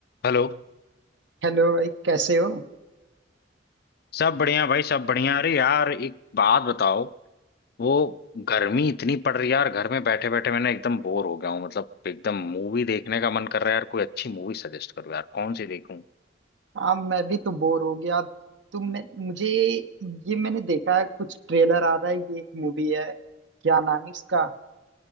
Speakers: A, on the left; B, on the right.
A: हेलो
B: Hello भाई कैसे हो
A: सब बढ़िया भाई सब बढ़िया अरे यार एक बात बताओ वो गर्मी इतनी पड़ रही है यार घर में बैठे बैठे मैंने एकदम बोर हो गया हूँ मतलब एकदम मूवी देखने का मन कर रहा है यार कोई अच्छी मूवी सजेस्ट करो यार कौन सी देखूं
B: हाँ मैं भी तो बोर हो गया तुम मुझे ये मैंने देखा है कुछ ट्रेलर आ रहा है ये एक मूवी है क्या नाम है इसका